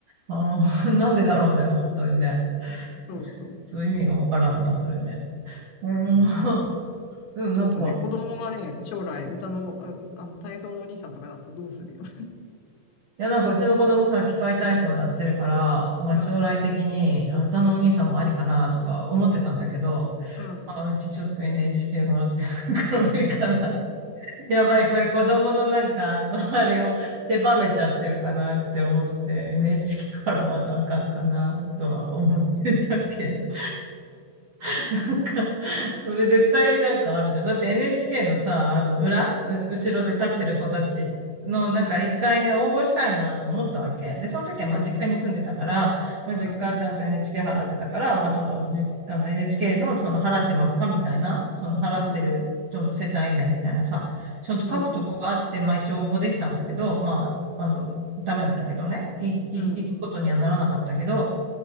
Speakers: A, on the right (about 55°); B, on the left (about 75°).
A: あーなんでだろうね、本当にね。
B: うんそうそう。
A: ちょっと意味がわからんな、それね。うん、<laughs> うんなんか、
B: ちょっとね、子供がね、将来歌の、あ、あの、体操のお兄さんとかだとどうするよ。
A: いや、なんかうちの子供さ、器械体操やってるから、まあ将来的にあ歌のお兄さんもありかなとか思ってたんだけど、
B: <laughs> うん、うん、
A: まあうちちょっと NHK 払ってないから無理かな。<laughs> やばい、これ子供のなんかあの、<laughs> あれを狭めちゃってるかなって思って NHK 払わなあかんかなとは思ってたけど。<laughs> なんか、それ絶対なんかあるじゃん。だって NHK のさ、あの裏、う後ろで立ってる子たちのなんか一回ね、
B: うん、うん、
A: 応募したいなと思ったわけ。で、その時はまあ実家に住んでたから、
B: うん、
A: まあ実家はちゃんと
B: うん、
A: NHK 払ってたから、まあその、じあの NHK のその払ってますかみたいな、その払ってる人の世帯名みたいなさ、
B: うん、
A: ちゃんと書くとこがあって、
B: うん、
A: まあ一応応募できたんだけど、まあ、あの、ダメだったけどね。い、い、
B: うん
A: 行くことにはならなかったけど、